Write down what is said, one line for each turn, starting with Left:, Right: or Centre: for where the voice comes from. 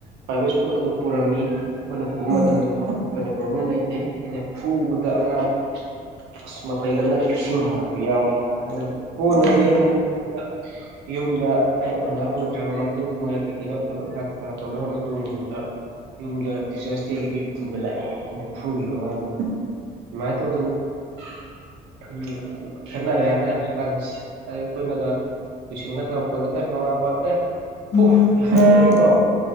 Right: ꯄ꯭ꯔꯥꯏꯚꯦꯠ ꯁ꯭ꯀꯨꯜ ꯑꯗꯨꯝ ꯄꯨꯔꯝꯃꯤ ꯑꯩꯈꯣꯏꯅ ꯄꯨꯕ
Left: ꯎꯝ
Right: ꯃꯇꯝꯗ ꯄ꯭ꯔꯣꯕ꯭ꯂꯦꯝ ꯂꯩꯇꯦ ꯑꯩꯅ ꯄꯨꯕꯗ ꯑꯉꯥꯡ ꯑꯁ ꯃꯈꯩꯒ ꯑꯃꯅꯒ ꯏꯁꯤꯡ ꯍꯥꯡꯒꯠꯄ ꯌꯥꯎꯋꯤ ꯑꯣ ꯀꯣꯟꯅꯗꯤꯦ
Left: ꯎꯝ
Right: ꯃꯣꯏꯗ ꯌꯨꯝꯗ ꯑꯩ ꯑꯣꯖꯥ ꯑꯣꯏꯗ꯭ꯔꯕ ꯃꯇꯨꯡ ꯃꯣꯏꯅ ꯀꯩ ꯀꯩꯅꯣ ꯊꯕꯛ ꯏꯥꯡ ꯇꯧꯔꯕ ꯃꯇꯨꯡꯐꯥꯎꯗ ꯌꯨꯝꯗ ꯇꯤꯆꯔꯁ ꯗꯦꯒꯤ ꯒꯤꯐ ꯊꯨꯕ ꯂꯥꯛꯏꯦ ꯑꯩꯅ ꯐꯨꯈꯤꯕ ꯑꯉꯥꯡꯗ ꯑꯗꯨꯃꯥꯏꯅ ꯇꯧꯗꯅ <inaudible> ꯎ ꯈꯦꯠꯅꯔꯦ ꯍꯥꯏꯇꯥꯔꯦ ꯍꯧꯖꯤꯛꯀꯥꯟꯒꯤ ꯑꯩꯈꯣꯏꯅꯒ ꯇꯨꯋꯏꯁꯟꯒ ꯇꯧꯔ ꯗ ꯑꯦ ꯃꯃ ꯑꯦ
Left: ꯎꯝ
Right: ꯐ
Left: ꯎꯝ
Right: ꯀ